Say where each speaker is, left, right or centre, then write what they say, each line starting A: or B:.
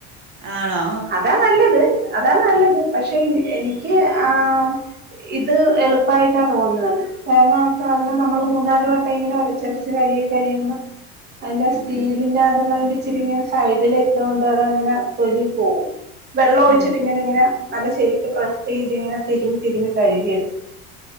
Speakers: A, on the right (about 50°); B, on the right (about 25°).
A: ആണോ
B: അതാ നല്ലത് അതാ നല്ലത് പക്ഷെ എനിക്ക് ആ- ഇത് എളുപ്പായിട്ടാ തോന്ന്ണത് കാരണം ആ സാധനം നമ്മൾ മൂന്നാല് വട്ടം ഇങ്ങനെ ഒരച്ചുരച്ച് കഴ കഴുകി കഴിയുമ്പോൾ അതിന്റെ
A: ഉം
B: സ്റ്റീലിന്റെ
A: ഉം
B: അതുള്ള അതിന്റെ ഇച്ചിരി ഇങ്ങനെ സൈഡിലത്തെ അതുകൊണ്ട് അതിന്റെ ഇങ്ങനെ തൊലി പോകും വെള്ളം ഒഴിച്ചിട്ട്
A: ഉം
B: ഇങ്ങനെ എങ്ങനാ? നല്ല ശരിക്ക് പ്രസ് ചെയ്തു ഇതിങ്ങനെ തിരുമി തിരുമി കഴുകിയെടുത്തു.